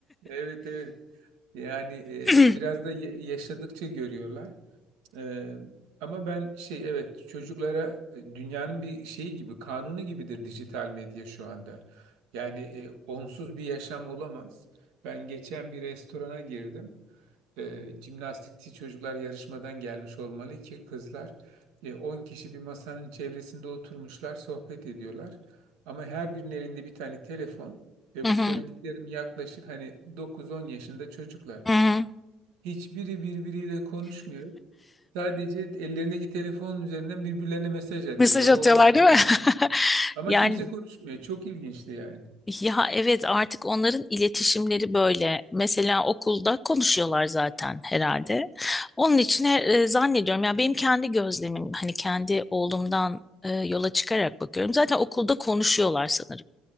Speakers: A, on the right (about 75°); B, on the left (about 20°).
A: Evet evet. Yani
B: <laughs>
A: e, biraz da ye- yaşadıkça görüyorlar. E, ama ben şey evet çocuklara e, dünyanın bir şeyi gibi kanunu gibidir dijital medya şu anda. Yani e, onsuz bir yaşam olamaz. Ben geçen bir restorana girdim e, jimnastikçi çocuklar yarışmadan gelmiş olmalı ki kızlar e, 10 kişi bir masanın çevresinde oturmuşlar sohbet ediyorlar. Ama her birinin elinde bir tane telefon ve
B: Hı
A: bu
B: hı,
A: söylediklerim yaklaşık hani dokuz on yaşında çocuklar.
B: hı hı.
A: Hiçbiri birbiriyle konuşmuyor. Sadece ellerindeki telefonun üzerinden birbirlerine mesaj atıyorlar.
B: Mesaj atıyorlar
A: O ona atıyor,
B: değil mi?
A: o ona.
B: <laughs>
A: Ama
B: Yani
A: kimse konuşmuyor. Çok ilginçti yani.
B: ya evet artık onların iletişimleri böyle. Mesela okulda konuşuyorlar zaten herhalde. Onun için e, zannediyorum ya benim kendi gözlemim hani kendi oğlumdan e, yola çıkarak bakıyorum. Zaten okulda konuşuyorlar sanırım.